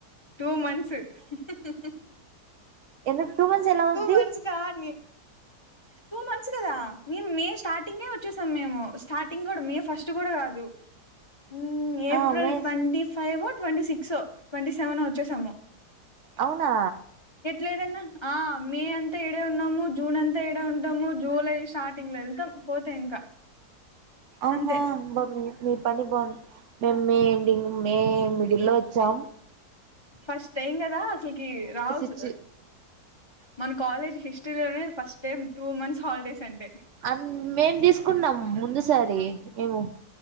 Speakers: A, on the left (about 20°); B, on the right (about 60°).
A: two months ఊహ్హ్హ్
B: ఎందు టూ మంత్స్ ఎలా ఉద్ది?
A: మంత్స్ కానీ
B: వచ్చిందా
A: టూ మంత్స్ కదా మేము మే స్టార్టింగే వచ్చేసాం మేము స్టార్టింగ్ కూడా మే ఫస్ట్ కూడా కాదు. మ్ ఏప్రిల్
B: ఆ మే
A: ట్వంటీ ఫైవో, ట్వంటీ సిక్సో, ట్వంటీ సెవెనో వచ్చేసాము.
B: అవునా
A: లేదన్న ఆ మే అంతా ఈడే ఉన్నాము జూన్ అంతా ఈడే ఉంటాము జూలై స్టార్టింగ్ లో వెళ్తాం పోతే ఇంకా
B: ఆహా
A: అంతే
B: బా మీ మీ పని బాగుంది మేం మే ఎండింగ్ మే మిడిల్ లో చ్చాం
A: ఫస్ట్ టైం కదా అసలకి రాజ్
B: ఇచ్చి
A: మన కాలేజ్ హిస్టరీ లోనే first time two months holidays అంటే
B: అన్ మేం తీసుకున్నాం ముందుసారి మేము